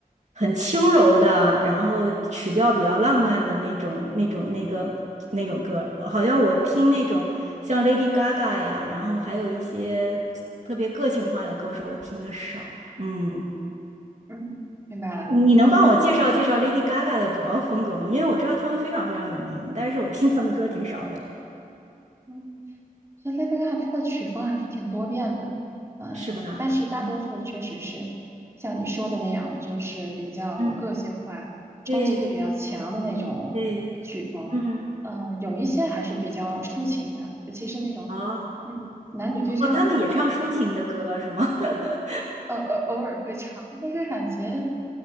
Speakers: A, on the right; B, on the right.
A: 很轻柔的，然后曲调比较浪漫的那种那种那个那种歌儿好像我听那种像 Lady Gaga 呀，然后还有一些特别个性化的歌手，我听的少。嗯，
B: 嗯，明白了。
A: 你能帮我介绍介绍
B: 你还
A: Lady Gaga 的主要风格吗？因为我知道他们非常非常有名，但是我听他们歌挺少的。
B: 嗯所以 Lady g a 的曲风还是挺多变的，嗯，
A: 是吧？
B: 但是大多数确实是像你说的那样，
A: 嗯
B: 就是比较有个性化、
A: 嗯，
B: 冲击力比较强的那种曲风。
A: 对对，嗯，
B: 嗯，有一些还是比较抒情的，尤其是那种
A: 哦
B: 嗯男女对唱的，
A: 哦，他们也唱抒情的歌是吗？
B: 但
A: <laughs>
B: 呃呃偶尔会唱，但是感觉